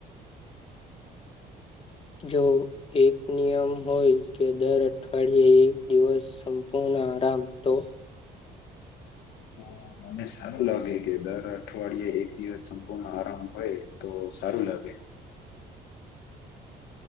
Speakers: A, on the left (about 35°); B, on the left (about 80°).
A: જો એક નિયમ હોય કે દર અઠવાડિયે એક દિવસ સંપૂર્ણ આરામ તો
B: તો મને સારું લાગે કે દર અઠવાડિયે એક દિવસ સંપૂર્ણ આરામ હોય તો સારું લાગે